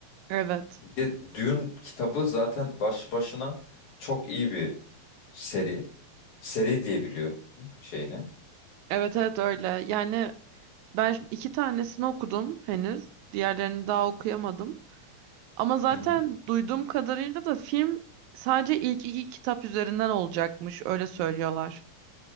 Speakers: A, on the right; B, on the left.
A: Evet.
B: Bir de Dune kitabı zaten başlı başına çok iyi bir seri. Seri diye biliyorum şeyini.
A: Evet evet öyle. Yani ben iki tanesini okudum henüz. Diğerlerini daha okuyamadım. Ama zaten
B: Hı hı.
A: duyduğum kadarıyla da film sadece ilk iki kitap üzerinden olacakmış. Öyle söylüyorlar.